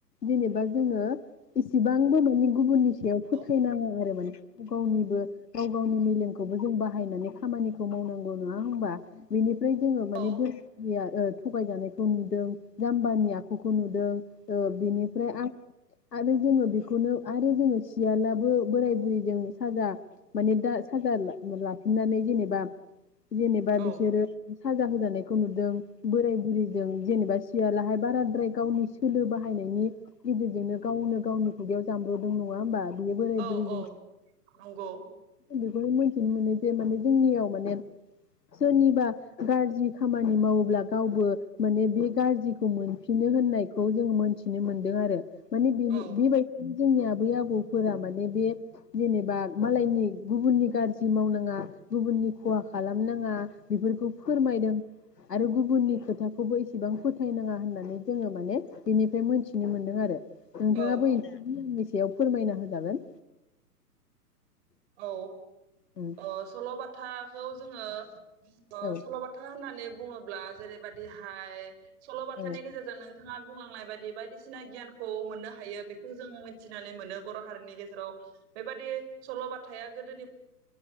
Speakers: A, on the left; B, on the right.
A: जेनेबा जोङो इसिबांबो ननि गुबुननि सायाव फोथायनाङा
B: औ
A: आरो माने गाव गावनिबो गाव गावनि मेलेमखौबो जों बाहायनानै खामानिखौ मावनांगौ नङा होमबा। बेनि ओमफ्राय जोङो माने
B: औ
A: बोराया ओ थगायजानायखौ नुदों जाम्बानि आखुखौ नुदों। औ बिनिफ्राय आं आरो जोङो बेखौनो आरो जोङो सियालाबो बोराय बुरैजों साजा माने दा साजा लाफिननानै जेनेबा जेनेबा
B: औ
A: बिसोरो साजा होजानायखौ नुदों बोराय बुरिजों जेनेबा सियालाहाय बाराद्राय गावनि सोलो बाहायनायनि गेजेरजोंनो गावनो गावनि खुगायाव जामब्रदों नङा होमबा बेयो बोराग
B: औ
A: बुरिजों
B: औ नंगौ
A: बेखौनो मोनथिनो मोनो जे माने जोंनियाव माने सोरनिबा गाज्रि खामानि मावोब्ला गावबो माने बे गाज्रिखौ मोनफिनो होननायखौ जों मोनथिनो मोनदों आरो। मानि बिनि
B: औ
A: बेबायदि जोंनि आबै आबौफोरा माने बे जेनेबा मालायनि गुबुननि गाज्रि मावनाङा गुबुननि खहा खालामनाङा बेफोरखौ फोरमायदों आरो गुबुननि खोथाखौबो एसेबां फोथायनाङा होननानै जोङो माने बेनिफ्राय मोनथिनो मोनदों आरो। नोंथाङाबो
B: औ
A: ए
B: औ
A: <unintelligible> सेआवब फोरमायना होजागोन।
B: औ।
A: उम
B: अ सल' बाथाखौ जोङो ओ
A: औ
B: सल'बाथा होननानै ब बुङोब्ला जेरैबादि हाय सल' बाथानि
A: औ
B: गेजेरजों नोंथ थाङा बुंलांनाय बायदि बायदिसिना गियानखौ मोननो हायो बेखौ जों मिथिनानै मोनो बर' हारिनि गेजेराव बेबायदि सल' बाथ थाया गोदोनि